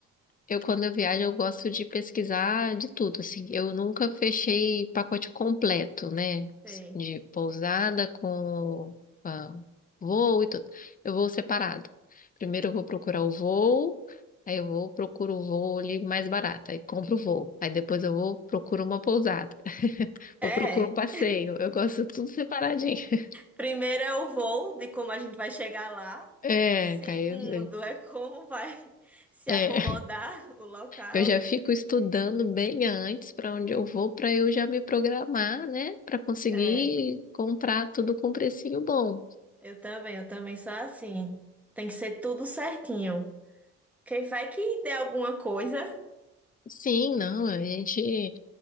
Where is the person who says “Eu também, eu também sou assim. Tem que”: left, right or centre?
Centre